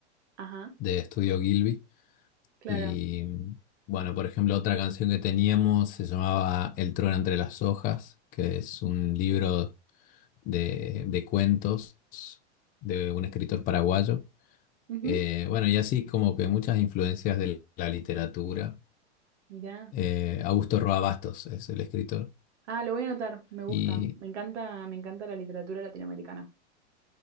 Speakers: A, on the right (about 75°); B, on the left (about 25°).
A: ajá,
B: de Estudio Gilby.
A: claro.
B: Y mm, bueno, por ejemplo, otra canción que teníamos se llamaba El trueno entre las hojas, que es un libro de, de cuentos de un escritor paraguayo.
A: Ujú,
B: Eh, bueno, y así como que muchas influencias de la literatura.
A: Mirá.
B: Eh, Augusto Roa Bastos es el escritor.
A: Ah, lo voy a anotar, me gusta.
B: Y
A: Me encanta, me encanta la literatura latinoamericana.